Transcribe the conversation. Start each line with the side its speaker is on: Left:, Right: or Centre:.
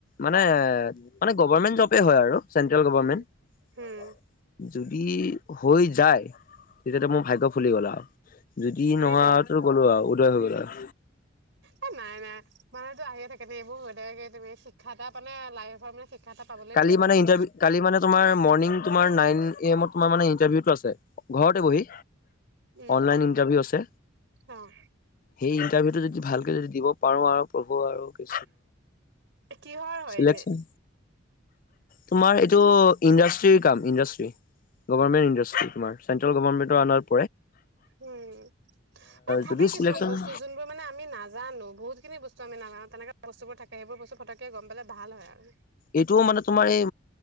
Left: মানে-মানে গভৰমেন্ট জবেই হয় আৰু। Central government.
Right: um um
Left: যদি হৈ যায়, তেতিয়াটো মোৰ ভাগ্য ফুলি গ'ল আৰু। যদি
Right: নত
Left: নহয়তো গ'লো আৰু উদয় হৈ গ'ল আৰু
Right: এ নাই নাই মানুহটো আহিয়ে থাকে। সনে এইবোৰ হৈ থাকে কি তুমি শিক্ষ এটা মানে লাইফৰ মানে, এটা পাবলেতো
Left: কালি
Right: এইবোৰ
Left: মানে
Right: হয়
Left: ত ম তাৰ ন এমত তোৰ নে ইণ্টাৰভিউটো আছে। ঘৰতে বহি
Right: উম,
Left: অনলাইন ইণ্টাৰভিউ আছে
Right: অ',
Left: সেই ইণ্টাৰভিউটো যদি, ভাল যদি দিব পাৰো আৰু প্ৰভু আৰু কি
Right: কিহৰ হয়
Left: চিলেকন
Right: এনে?
Left: তোমাৰ এইটো ইণ্ডাষ্ট্ৰিৰ কাম ইণ্ডাষ্ট্ৰি গভৰ্মেট ইাষ্ট্ৰ তোাৰেট্ৰ গভৰ্মেট <inaudible>
Right: উম মানে থাকে
Left: যদি
Right: কিছুমান
Left: চিলেকচন
Right: বস্তু যোনবোৰ মানে আমি নাজানো বহুতখিনি বস্তু আমি নাজানো তেনেকে বস্তুবোৰ থাকে সেইবোৰ ব্তু ফটকৈ গম পাল ভাল হয় আৰু
Left: এইটোও মানে তোমাৰ এই,